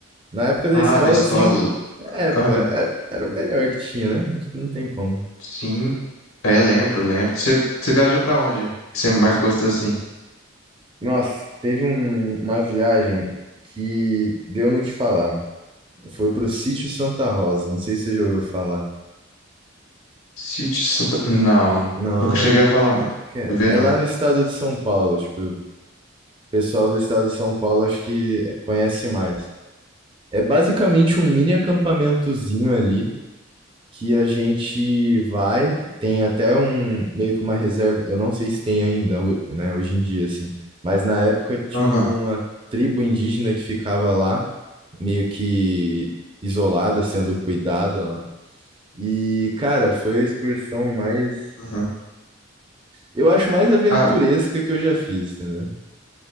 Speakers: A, on the right (about 25°); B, on the left (about 85°).
A: Na época da
B: Ah,
A: escola,
B: da escola.
A: assim, eu. É, pô,
B: Aham.
A: é- era, o melhor que tinha, né? Não, não tem como.
B: Sim. É, lembro, lembro. Você você viajou pra onde? Que você mais gostou assim?
A: Nossa, teve um- uma viagem que deu no que falar. Foi pro Sítio Santa Rosa. Não sei se você já ouviu falar.
B: Sítio Santa. Não,
A: Não,
B: nunca
A: né?
B: cheguei a falar, não.
A: Cara,
B: Ver,
A: é
B: não.
A: lá no estado de São Paulo. Tipo, o pessoal do estado de São Paulo acho que conhece mais. É basicamente um mini acampamentozinho ali que a gente vai, tem até um meio que uma reserva, eu não sei se tem ainda, ho- né, hoje em dia assim, mas na época tinha
B: Aham.
A: uma tribo indígena que ficava lá, meio que isolada, sendo cuidada lá. E cara, foi a excursão mais,
B: aham.
A: eu acho mais aventuresca
B: Ah,
A: que eu já fiz, entendeu?